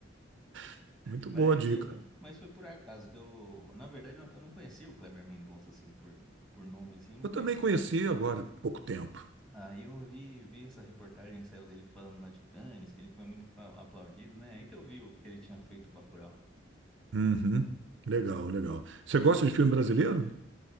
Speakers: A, on the right (about 65°); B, in the centre.
A: <laughs> Muito
B: Mas,
A: boa a dica.
B: mas, mas foi por acaso que eu, na verdade, eu eu não conhecia o Kleber Mendonça assim por, por nome assim, eu não
A: Eu
B: conhecia.
A: também conheci agora há pouco tempo.
B: Aí eu vi, vi essa reportagem que saiu dele falando lá de Cannes, que ele foi muito apla- aplaudido, né? Aí que eu vi o que ele tinha feito o Bacurau.
A: Uhum. Legal, legal. Você gosta de filme brasileiro?